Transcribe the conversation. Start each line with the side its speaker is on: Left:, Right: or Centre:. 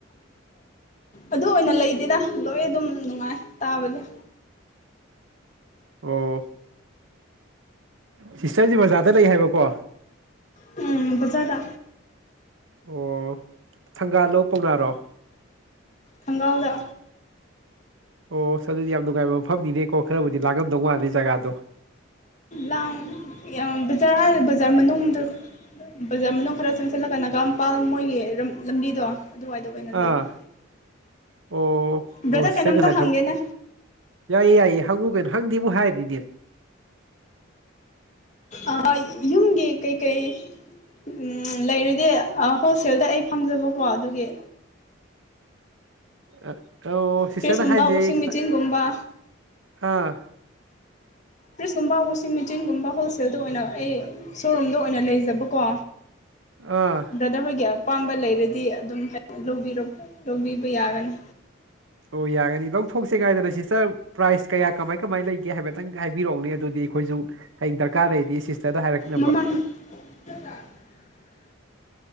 Left: ꯑꯗꯨ ꯑꯣꯏꯅ ꯂꯩꯇꯦꯗ ꯂꯣꯏ ꯑꯗꯨꯝ ꯅꯨꯡꯉꯥꯏ ꯇꯥꯕꯗ
Right: ꯑꯣ ꯁꯤꯁꯇꯔꯖꯦ ꯕꯖꯥꯔꯗ ꯂꯩ ꯍꯥꯏꯕꯀꯣ
Left: ꯎꯝ ꯕꯖꯥꯔꯗ
Right: ꯑꯣ ꯊꯪꯒꯥꯜꯂꯣ ꯄꯥꯎꯅꯥꯔꯣ
Left: ꯊꯪꯒꯥꯜꯗ
Right: ꯑꯣ ꯑꯁ ꯑꯗꯨꯗꯤ ꯌꯥꯝ ꯅꯨꯡꯉꯥꯏꯕ ꯃꯐꯝꯅꯤꯅꯦꯀꯣ ꯈꯔꯕꯨꯗꯤ ꯂꯥꯡꯉꯝꯗꯧ ꯃꯥꯜꯂꯤ ꯖꯒꯥꯗꯣ
Left: ꯂꯥꯡ ꯌꯥꯝ ꯕꯖꯥꯔ ꯍꯥꯏꯔ ꯕꯖꯥꯔ ꯃꯅꯨꯡꯗꯣ ꯕꯖꯥꯔ ꯃꯅꯨꯡ ꯈꯔ ꯆꯪꯁꯜꯂꯒ ꯅꯒꯥꯝꯄꯥꯥꯜ ꯃꯣꯏꯒꯤ ꯂꯝ ꯂꯝꯕꯤꯗꯣ ꯑꯗꯨꯋꯥꯏꯗ ꯑꯣꯏꯅ
Right: ꯑꯥ
Left: ꯂꯩꯕ
Right: ꯑꯣ
Left: ꯕ꯭ꯔꯗꯔ
Right: ꯑꯣ ꯁꯤꯁꯇꯔ
Left: ꯀꯩꯅꯣꯝꯇ
Right: ꯉꯁꯥꯏ
Left: ꯍꯪꯒꯦꯅꯦ
Right: ꯊꯕꯛ ꯌꯥꯏꯌꯦ ꯌꯥꯏꯌꯦ ꯍꯪꯉꯨ ꯀꯩꯅꯣ ꯍꯪꯗꯦꯕꯨ ꯍꯥꯏꯔꯤꯅꯤꯅꯦ
Left: ꯑꯥ ꯌꯨꯝꯒꯤ ꯀꯩ ꯀꯩ ꯎꯝ ꯂꯩꯔꯗꯤ ꯑ ꯍꯣꯜꯁꯦꯜꯗ ꯑꯩ ꯐꯝꯖꯕꯀꯣ ꯑꯗꯨꯒꯤ
Right: ꯑ ꯑꯣ ꯁꯤꯁꯇꯔꯅ
Left: ꯐ꯭ꯔꯤꯖꯀꯨꯝꯕ
Right: ꯍꯥꯏꯖꯦ
Left: ꯋꯥꯁꯤꯡ
Right: ꯑꯩ ꯈꯤꯇꯪ
Left: ꯃꯦꯆꯤꯟꯒꯨꯝꯕ
Right: ꯑꯥ
Left: ꯐ꯭ꯔꯤꯁꯀꯨꯝꯕ ꯋꯥꯁꯁꯤꯡ ꯃꯦꯆꯤꯟꯒꯨꯝꯕ ꯍꯣꯜꯁꯦꯜ ꯇꯦꯜꯗ ꯑꯣꯏꯅ ꯑꯩ ꯁꯣꯔꯨꯝꯗ ꯑꯣꯏꯅ ꯂꯩꯖꯕꯀꯣ
Right: ꯑꯥ
Left: ꯕ꯭ꯔꯗꯔ ꯍꯣꯏꯒꯤ ꯑꯄꯥꯝꯕ ꯂꯩꯔꯗꯤ ꯑꯗꯨꯝ ꯂꯧꯕꯤꯔꯕ ꯂꯧꯕꯤꯕ ꯌꯥꯒꯅꯤ
Right: ꯍꫭ ꯌꯥꯒꯅꯤ ꯂꯧꯊꫭꯛꯁꯤ ꯉꯥꯏꯗꯅ ꯁꯤꫪꯇꯔ ꯄ꯭ꯔꯥꯁ ꯀꫪꯥ ꯀꯃꯥꯏ-ꯀꯃꯥꯏ ꯂꯩꯒ‌ꯦ ꯍꯥꯏꯐ‌ꯦꯠꯇꯡ ꯍꯥꯏꯕꯤꯔꯛꯎꯅꯦ ꯑꯗꯨꯗꯤ ꯑꯩꯈꯣꯏꯖꯨ ꯍꯌꯦꯡ ꯗꯔꯀꯥꯔ ꯂꯩꫪꯗꯤ ꯁꯤꯁꯇꯔꯗ ꯍꯥꯏꯔꯛꯅꯕ
Left: ꯃꯃꯥꯡ <unintelligible>